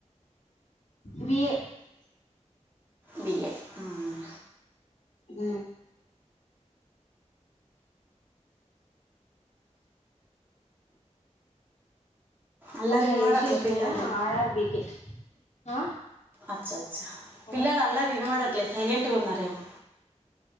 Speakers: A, on the left; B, on the right.
A: బి ఏ
B: బి ఏ ఉమ్
A: హమ్
B: అల్లరి
A: మొన్న
B: వినబడట్లే
A: ఏసేషన
B: పిల్లలది
A: ఆర్ఆర్బీకి ఆ
B: అచ్చ
A: హలో
B: పిల్లలు అల్లరి వినబడట్లేదు సైలెంట్ గా ఉన్నారేమో